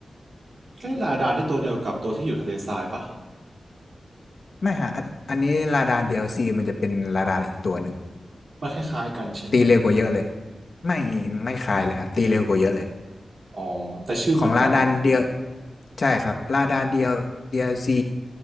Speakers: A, on the right; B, on the left.
A: ใกล้ลาดาที่ตัวเดียวกับตัวที่อยู่ทะเลทรายปะ
B: ไม่ฮะอันอันนี้ลาดานเดียวซีมันจะเป็นลาดานอีกตัวหนึ่ง
A: มันคล้ายๆกันใช่ไหม
B: ตีเร็วกว่าเยอะเลยไม่ไม่คลายเลยฮะตีเร็วกว่าเยอะเลย
A: อ๋อแต่ชื่อเหมือนกัน
B: ของลาดานเดียวใช่ครับลาดานเดียว DLC